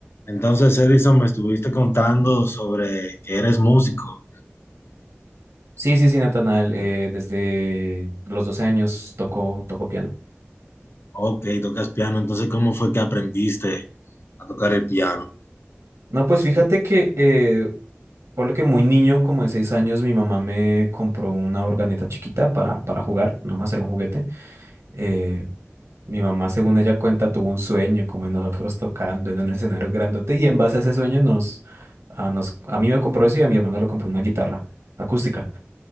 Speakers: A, on the left (about 60°); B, on the right (about 80°).
A: Entonces, Edison, me estuviste contando sobre que eres músico.
B: Sí, sí, sí, Natanael, eh, desde los 12 años tocó, tocó piano.
A: Ok, tocas piano. Entonces, ¿cómo fue que aprendiste a tocar el piano?
B: No, pues fíjate que, eh, por lo que muy niño, como de 6 años, mi mamá me compró una organeta chiquita para, para jugar, nomás era un juguete. Eh, mi mamá, según ella cuenta, tuvo un sueño, como de nosotros tocando en un escenario grandote, y en base a ese sueño nos, a, nos, a mí me compró eso y a mi hermano le compró una guitarra acústica.